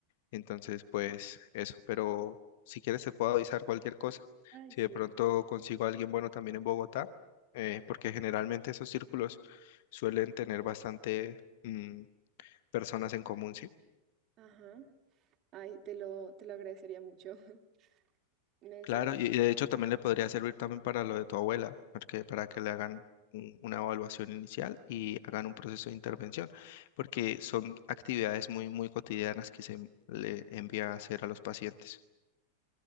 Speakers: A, on the left; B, on the right.
A: entonces, pues eso, pero si quieres te puedo avisar cualquier cosa.
B: Ay,
A: Si
B: sí.
A: de pronto consigo a alguien bueno también en Bogotá, eh, porque generalmente esos círculos suelen tener bastante mm, personas en común, sí.
B: Ajá. Ay, te lo, te lo agradecería mucho. <laughs> Me
A: Claro,
B: sirvió.
A: y y de hecho también le podría servir también para lo de tu abuela, porque para que le hagan un- una evaluación inicial y hagan un proceso de intervención, porque son actividades muy, muy cotidianas que se le envía a hacer a los pacientes.